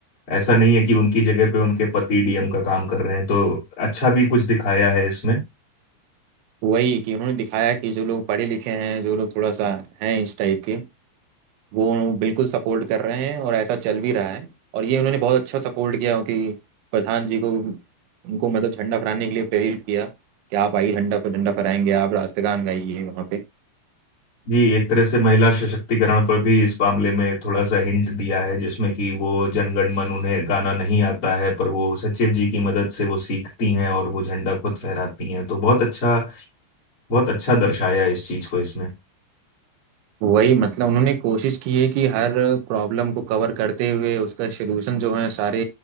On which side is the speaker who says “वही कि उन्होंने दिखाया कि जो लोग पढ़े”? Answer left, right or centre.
Right